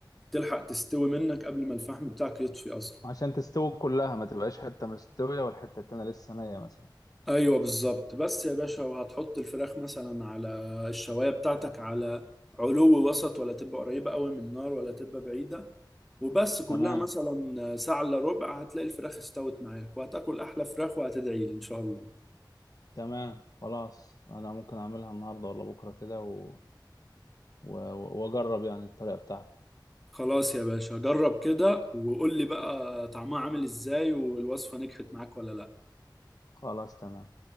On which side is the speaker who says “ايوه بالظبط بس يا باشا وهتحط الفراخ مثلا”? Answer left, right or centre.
Centre